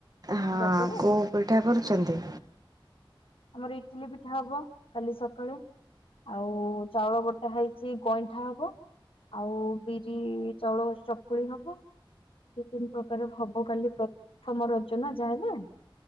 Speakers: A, on the right; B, on the left.
A: ହଁ
B: ରଜ ରେ।
A: କୋଉ ପୀଠା କରୁଛନ୍ତି?
B: ଆମର ଇଟିଲି ପିଠା ହବ କାଲି ସକାଳେ ଆଉ ‌। ଚାଉଳ ବଟା ହେଇଛି ଗଇଁଠା ହବ। ଆଉ ବିରି ଚାଉଳ ଚକୁଳି ହବ। ଦି ତିନି ପ୍ରକାର ହବ କାଲି ପ୍ରଥମ ରଜ ନା ଯାହ ହେଲେ।